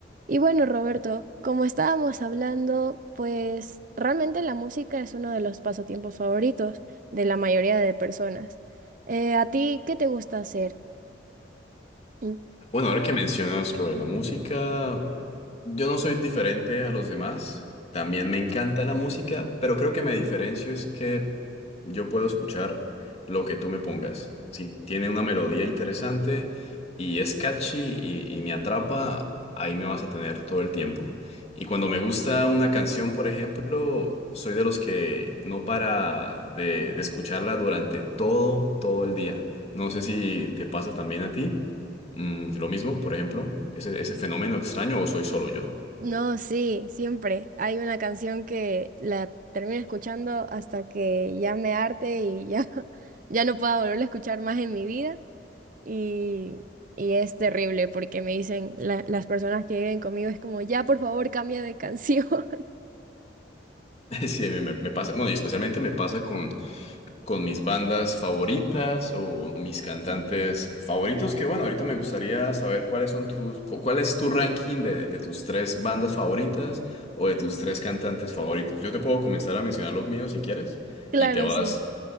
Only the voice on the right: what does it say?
Y bueno, Roberto, como estábamos hablando, pues realmente la música es uno de los pasatiempos favoritos de la mayoría de personas. Eh, ¿a ti qué te gusta hacer? Mm,
No, sí, siempre. Hay una canción que la termino escuchando hasta que ya me harte y ya, <laughs> ya no pueda volverla a escuchar más en mi vida. Y, y es terrible porque me dicen la- las personas que viven conmigo es como, ya por favor cambia de canción. <laughs>
Claro,
sí.